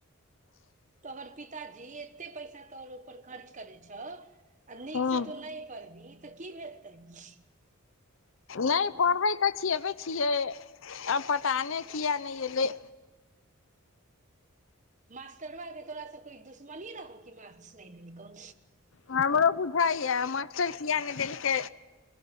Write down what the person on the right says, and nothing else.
तऽहर पिताजी कते पैसा तोहर पर खर्च करे छौ नीक
से तू नहि पढ़वहीं तऽ की हैतेय
मास्टरबा जें तोरा से कोइ दुश्मनी रहेय कि मार्क्स नहि देलकौ